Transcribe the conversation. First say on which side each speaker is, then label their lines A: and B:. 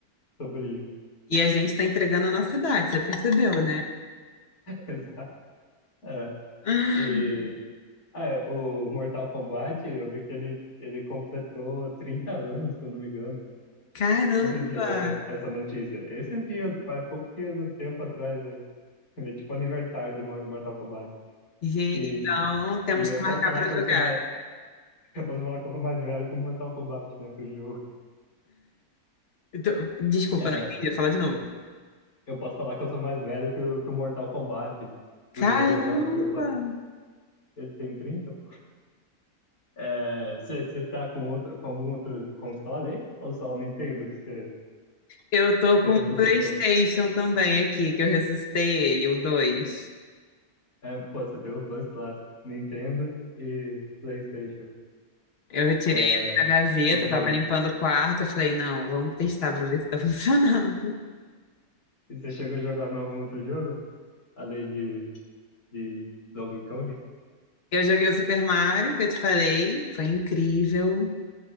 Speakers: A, on the left; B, on the left.
A: sobre isso.
B: E a gente tá entregando a nossa idade, você percebeu, né?
A: <laughs> Exato. É.
B: Ah,
A: E ah, é, o Mortal Kombat, eu vi que ele, ele completou 30 anos, se eu não me engano.
B: Caramba!
A: Eu Não sei se você chegou a ver essa notícia. Esses dias, faz poucos dias, um tempo atrás, aí. É tipo aniversário do Mor- Mortal Kombat.
B: Gente,
A: E,
B: então temos
A: e eu
B: que
A: posso
B: marcar
A: falar
B: pra
A: que
B: jogar.
A: eu sou uma, Eu posso falar que eu sou mais velho que o Mortal Kombat, né? Que o jogo.
B: Então, desculpa,
A: É,
B: não entendi. Fala de novo.
A: eu posso falar que eu sou mais velho que o, que o Mortal Kombat
B: Caramba!
A: do jogo agora, porque, pô, ele tem 30, pô. É, você você tá com, outro, com algum outro console aí? Ou só o Nintendo que você,
B: Eu tô
A: você
B: com
A: ressuscitou?
B: o PlayStation também aqui, que eu ressuscitei ele, o 2.
A: É, pô, você tem os dois clássicos, Nintendo e PlayStation.
B: Eu retirei
A: É,
B: ele da gaveta,
A: o dois.
B: tava limpando o quarto, eu falei, não, vamos testar pra ver se tá <laughs> funcionando.
A: E você chegou a jogar mais algum outro jogo? Além de, de Donkey Kong?
B: Eu joguei o Super Mario, que eu te falei, foi incrível.